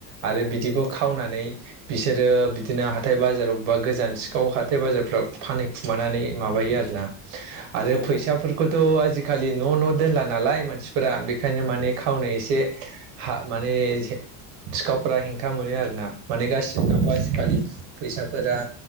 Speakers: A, on the left (about 20°); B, on the right (about 85°).
A: औ
B: आरो
A: औ
B: बिदिखौ
A: नंगौ
B: खावनानै बिसोर बिसोरो बिदिनो हाथाय बाजारावबबा गोजान सिखाव हाथाय बाजारफ्राव फानखुमानानै माबायो आरो ना आरो
A: औ
B: फैसाफोरखौथ' आजि जिखालि न' न' दोनला नालाय मानसिफोरा बेखायनो माने खावनो एसे हा माने एसे सिखावफोरा हेंथा मोनो आरोना माने गासि
A: औ
B: नागौ
A: औ
B: आजिखालि फैसाफोरा